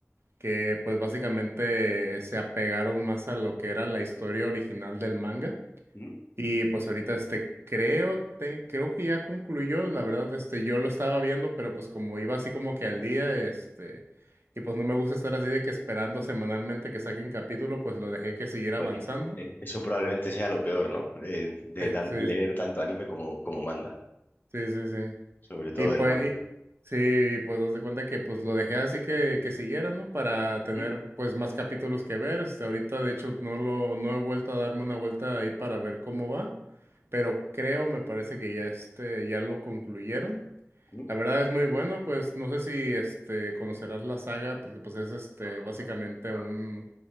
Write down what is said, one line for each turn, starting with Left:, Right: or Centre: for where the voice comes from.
Right: que pues básicamente eh, se apegaron más a lo que era la historia original del manga.
Left: ¿Mm?
Right: Y pues ahorita este creo te, creo que ya concluyó, la verdad este yo lo estaba viendo, pero pues como iba así como que al día este y pues no me gusta estar así de que esperando semanalmente que saquen capítulo, pues lo dejé que siguiera
Left: Pues
Right: avanzando.
Left: eh, eh, eso probablemente sea lo peor, ¿no? De, de
Right: Sí,
Left: tan- leer
Right: sí,
Left: tanto anime como, como manga,
Right: sí, sí, sí.
Left: sobre todo
Right: Y pues,
Left: del manga.
Right: y- sí, pues dos de cuenta que pues lo dejé así que, que siguiera, ¿no? Para tener
Left: ¿Mm?
Right: pues más capítulos que ver. Hasta ahorita, de hecho, no lo, no he vuelto a darme una vuelta ahí para ver cómo va. Pero creo, me parece que ya este, ya lo concluyeron.
Left: ¿Mm?
Right: La verdad es muy bueno, pues no sé si este conocerás la saga, porque pues es este básicamente un